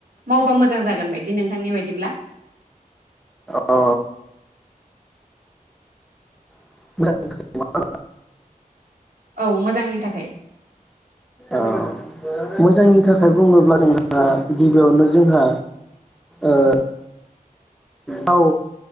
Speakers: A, on the right; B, in the centre.
A: मावबा मोजां जागोन बायदि नोंथांनि बायदिब्ला?
B: अ <unintelligible>
A: औ मोजांनि थाखाय
B: औ मोजांनि थाखाय बुङोब्ला जोंहा गिबियावनो जोंहा ओ गाव